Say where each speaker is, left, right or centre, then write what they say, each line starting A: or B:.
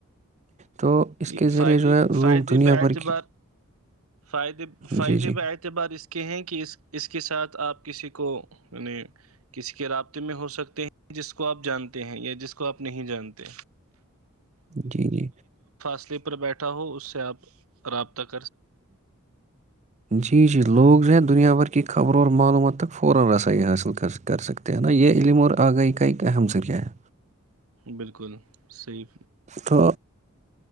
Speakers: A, on the right (about 35°); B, on the right (about 85°).
A: تو اس
B: جی
A: کے ذریعے
B: فائدے
A: جو ہے
B: فائدے
A: لوگ دنیا
B: ب اعتبار
A: بھر کی
B: فائدے فائدے
A: جی جی
B: ب اعتبار اس کے ہیں کہ اس کے ساتھ آپ کسی کو یعنی کسی کے رابطے میں ہو سکتے ہیں جس کو آپ جانتے ہیں یا جس کو آپ نہیں جانتے
A: جی جی
B: سلیپر بیٹھا ہو اس سے آپ راب تک
A: جی جی لوگ زیاد اور کی خبروں اور معلوموں تک فورا ایسا ہی حاصل کر سکتے ہیں نا یہ علم اور اگئی ک ہم سے کیا ہے
B: بالکل صحی
A: تو